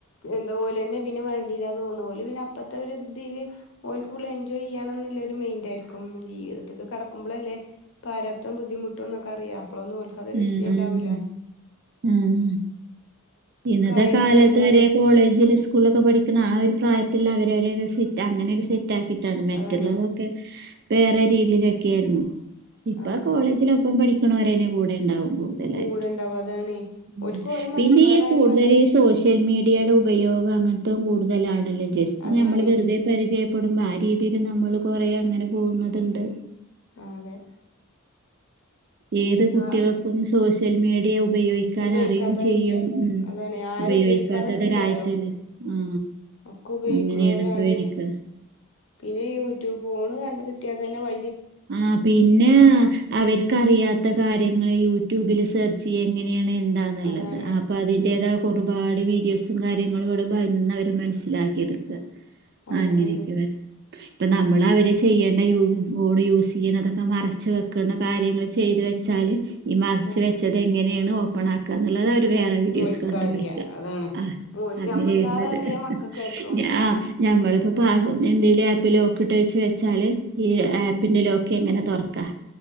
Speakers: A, on the left; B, on the right.
A: എന്താ ഓലെന്നെ പിന്നെ വേണ്ടല്ലാ തോന്നും അപ്പത്തെ ഇതില് ഓക്ക് എൻജോയ് ചെയ്യാണെന്നുള്ള ഒരു മൈൻഡ് ആയിരിക്കും ജീവിതത്തിക്ക് കട നമ്മളല്ലേ പാരാപ്തം ബുദ്ധിമുട്ടും എന്നൊക്കെ അറിയാം അപ്പോളൊന്നും നോൽക്കാത്തൊ ഒരു
B: ഉം
A: വിഷയം
B: ഉം
A: ഉണ്ടാവൂല.
B: ഉം ഇന്നത്തെ
A: ആയി
B: കാലത്ത്
A: കഴിയുമ്പോളാണ്
B: ഒരേ കോളേജില് സ്കൂളിലൊക്കെ പഠിക്കണ ആ ഒരു പ്രായത്തില് അവരെ സെറ്റ് അങ്ങനെരു സെറ്റ് ആക്കിയിട്ടാണ് മറ്റുള്ളതൊക്കെ
A: അതാണേ
B: വേറെ രീതിയിലൊക്കെ ആയിരുന്നു. ഇപ്പ
A: ആഹ്
B: കോളേജില് ഒപ്പം പഠിക്കണവര് തന്നെ കൂടെ ഉണ്ടാവും. കൂടുതലായി
A: കൂടെണ്ടാവും അതാണ്
B: ഉം
A: ഓൽക്ക് ഒരേ മതി
B: പിന്നെ
A: വേറെ
B: ഈ
A: ആരും
B: കൂടുതൽ
A: വേണ്ട
B: ഈ സോഷ്യൽ മീഡിയയുടെ ഉപയോഗം അങ്ങനത്തും കൂടുതലാണല്ലോ. ജസ്റ്റ്
A: അതാണേ
B: നമ്മള് വെറുതെ പരിചയപ്പെടുമ്പോ ആ രീതിൽ നമ്മള് കൊറെ അങ്ങനെ പോകുന്നതുണ്ട്.
A: അതെ
B: ഏത് കുട്ടികൾക്കും
A: ആഹ്
B: സോഷ്യൽ മീഡിയ ഉപയോഗിക്കാൻ
A: ഉപയോഗിക്കാത്തതില്ലേ
B: അറിയും ചെയ്യും ഉം
A: അതാണ് ആരും
B: ഉപയോഗിക്കാത്തവരായിട്ട്
A: ഉപയോഗിക്കാതെക്കണില്ലല്ലോ
B: ആ.
A: ഒക്കെ ഉപയോഗിക്കണോരാണ്
B: അങ്ങനെയാണ് കാര്യങ്ങൾ
A: പിന്നെ യൂട്യൂബ് ഫോണ് കണ്ട് കിട്ടിയാതന്നെ വ
B: ആ പിന്നെ അവർക്കറിയാത്ത കാര്യങ്ങൾ യൂട്യൂബിൽ സെർച്ച് ച്ചി എങ്ങനെയാണ് എന്താെന്നുള്ളത്
A: അതാണ്
B: അപ്പം അതിൻ്റേതാ ഒരുപാട് വീഡിയോസും കാര്യങ്ങളും ഇവിടെ നിന്ന് അവർ മനസ്സിലാക്കിയെടുക്കുക.
A: അങ്ങനെയാണ്
B: അങ്ങനെയൊക്കെ ഇപ്പൊ നമ്മൾ അവര് ചെയ്യേണ്ട ഫോൺ യൂസ് ചെയ്യണ അതൊക്കെ മറച്ച് വെക്കണ കാര്യങ്ങൾ ചെയ്തു വെച്ചാല് ഈ മറച്ച്
A: ആഹ്
B: വെച്ചത് ഇങ്ങനെയാണ് ഓപ്പൺ ആക്കുക എന്നുള്ളത് വേറെ വീഡിയോസ്
A: ഓൽക്കറിയാ
B: കണ്ട് പടിക്കുക
A: അതാണ്
B: ആ
A: ഓല്
B: അങ്ങനെ
A: നമ്മളേറെ
B: വരുന്നത്
A: അറിയാ മക്കൾക്കായിരിക്കും
B: ഞ ഞമ്മളിപ്പോ പ എന്തേലും ആപ്പ് ലോക്കിട്ട് വെച്ച് വെച്ചാല് ഈ
A: ഉം
B: ആപ്പ് അതിലൊക്കെ എങ്ങനെ തുറക്കാ